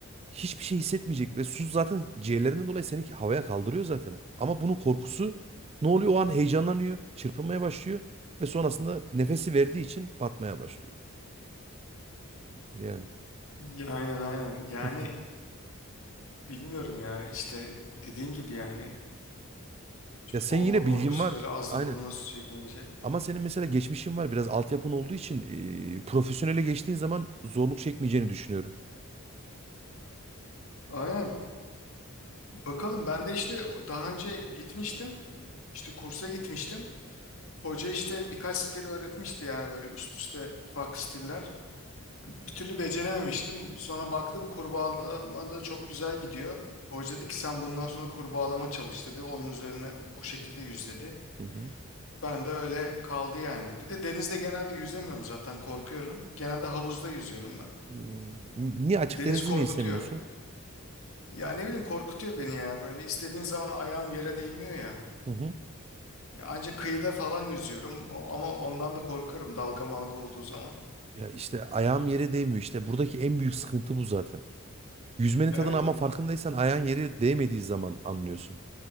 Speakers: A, on the right (about 30°); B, on the left (about 65°).
A: hiçbir şey hissetmeyecek ve su zaten ciğerlerinden dolayı seni havaya kaldırıyor zaten. Ama bunun korkusu ne oluyor? O an heyecanlanıyor, çırpınmaya başlıyor ve sonrasında nefesi verdiği için batmaya başlıyor. Yani.
B: Ya, Aynen aynen. Yani
A: <laughs>
B: bilmiyorum ya işte dediğin gibi yani
A: Ya sen
B: boğulma
A: yine
B: korkusu
A: bilgin var.
B: böyle ağızla
A: Aynen.
B: burnuna su çekince.
A: Ama senin mesela geçmişin var. Biraz altyapın olduğu için e, profesyonele geçtiğin zaman zorluk çekmeyeceğini düşünüyorum.
B: Aynen. Bakalım ben de işte daha önce gitmiştim. İşte kursa gitmiştim. Hoca işte birkaç stil öğretmişti yani böyle üst üste farklı stiller. Bir türlü becerememiştim. Sonra baktım kurbağalama da çok güzel gidiyor. Hoca dedi ki sen bundan sonra kurbağalama çalış dedi. Onun üzerine o o şekilde yüz dedi.
A: Hı hı.
B: Ben de öyle kaldı yani. Bir de denizde genelde yüzemiyorum zaten korkuyorum. Genelde havuzda yüzüyorum ben.
A: Hmm, Niye açık
B: Deniz
A: denizi
B: korkutuyor.
A: niye sevmiyorsun?
B: Ya ne bileyim korkutuyor beni ya. Böyle istediğim zaman ayağım yere değmiyor ya.
A: Hı hı.
B: Ya ancak kıyıda falan yüzüyorum O- ama ondan da korkarım dalga malga olduğu zaman.
A: Ya işte ayağım yere değmiyor işte. Buradaki en büyük sıkıntı bu zaten. Yüzmenin
B: Evet.
A: tadını ama farkındaysan ayağın yere değmediği zaman anlıyorsun.